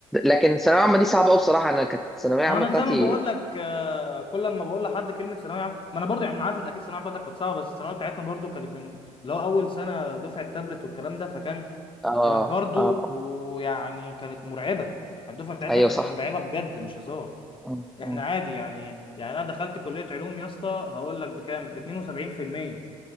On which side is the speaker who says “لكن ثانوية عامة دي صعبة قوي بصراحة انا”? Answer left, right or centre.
Centre